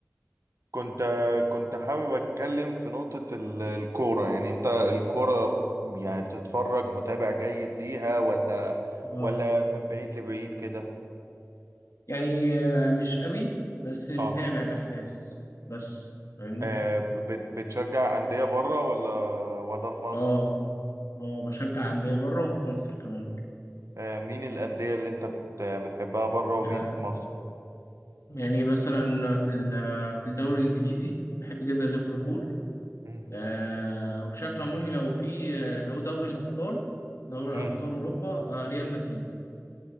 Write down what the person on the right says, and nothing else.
كنت آه، كنت حابب أتكلم في نقطة ال- الكورة يعني أنت الكورة يعني بتتفرج متابع جيد ليها ولا
ولا من بعيد لبعيد كده
آه
آه، ب- بت- بتشجع أندية بره ولا ولا في مصر
آه، مين الأندية اللي أنت بت... بتحبها بره ومين
في مصر
مم.
مم.